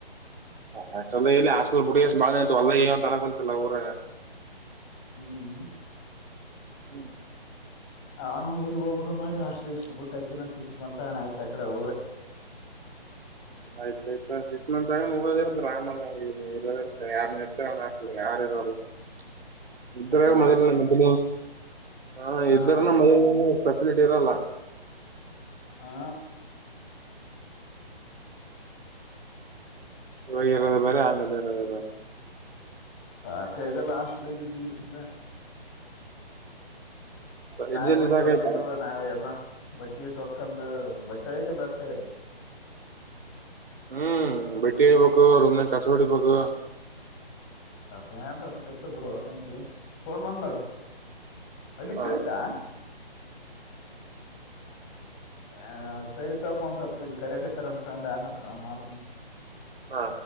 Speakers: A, on the right (about 65°); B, on the left (about 20°).
A: ಹಾಸ್ಟೆಲ್ ಇಲ್ಲಿ ಹಾಸ್ಟೆಲ್ ಪುಡ ಬಾಳ ಹೊಲ್ಲ ಅಂತ ಅನ್ಕೊಂತಲ್ಲಾ ಊರ
B: ಹ್ಮ್
A: ಹ್ಮ್
B: ಹಾನ ಊರಿಗೆಗ್ ಹೋಗವಾಗ ಮಾಡಿ ಅಷ್ಟಲಿ ಇಷ್ಟ್ ಬುಟ್ಟಯತಿ ನಂದ ಸಿಕ್ಸ್ ಮಂತ್ ಹಣ ಆಯ್ತ ಆ ಕಡೆ ಊರ
A: ಆಯ್ತಾಯಯ್ತ ಸಿಕ್ಸ್ ಮಂತ್ ಆಗ ಹೋಗೋದಿರ್ತ ಆಾಮಾಗ ಇರೋದಿರ್ತ ಯಾರ್ ನಿರ್ತ ನ ಯಾರ <unintelligible> ಇದ್ರ
B: ಆ
A: ಮೊದ್ಲಿನ ಮದ್ ಹ
B: ಹಾ
A: ಇದ್ರನ ಮೊದ್ಲ್ ಫೆಸಲಿಟಿ ಇರಲ್ಲ
B: ಹಾ
A: ಇಗ ಇರದ ಬೇ ಆಮೇಲೆ ಎರದ ಬೇರಿ
B: ಸಾಕ ಇದೆಲ್ಲ ಅಷ್ಟಟ್ಲಾಗ್ದು ದಸಿಂದ
A: ಇರತ್ತ
B: ನಾವ್
A: ಎಡ್ ಜಲ್ದಿ
B: ಬಟ್ಟ
A: ಸಾಕಾಯ್ತಾ
B: ತಕೊಂಡ ನಾವ್ ಎಲ್ಲ ಬಟ್ಟಿಯಟಕ್ಕಂದು ಬಟ್ಟಕ ಬಸರೆ
A: ಹ್ಮ್ ಬಿಟ್ಟಿರಬೇಕು ರುಮ್ನನ್ ಕಾಸೋಡಿಬೇಕು
B: ಸ ಅಂತ ಅಟ್ಟ ಕೆಟ್ತ ಬಿಡು ಹೊಡ್ಕೊಂತವಿ ಫೋನ್ ಬಂದ್ ನಾಡ್ ಅಲ್ಲಿ
A: ಹ
B: ಕೇೇಳತಾ ಆ ಸರಿತಪ ಒಂದ ಸ್ವಲ್ಪ ಇಲ್ ಕರಕತ್ತಾರಮ್ಮ ಫ್ರಂಡ್ ಆಮಕ್ ಮಾಡ್ತನ
A: ಹಾ